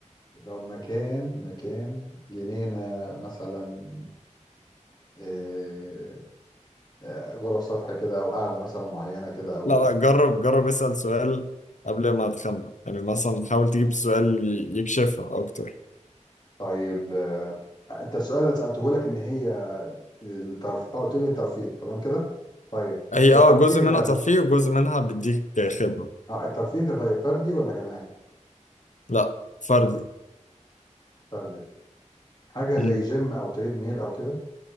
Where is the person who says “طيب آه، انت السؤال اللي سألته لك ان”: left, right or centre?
Left